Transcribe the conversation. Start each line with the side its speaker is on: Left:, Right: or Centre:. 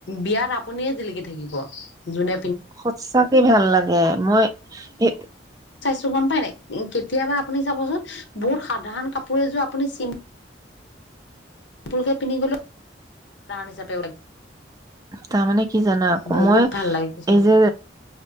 Left: বিয়াত আপুনিয়ে জিলিক থাকিব যোনে
Right: সচাকে ভাল লাগে, মই এহ
Left: টো গম পাই ন, কেতিয়াবা আপুনি চাবচোন বহুত সাধাৰণ কাপোৰ এযোৰ আপুনি ছিম্ পুলকে পিন্ধি গলেও। <unintelligible>
Right: তাৰমানে কি জানা আকৌ
Left: বহুত
Right: মই
Left: ভাল লাগে কিছুমানে
Right: এই যে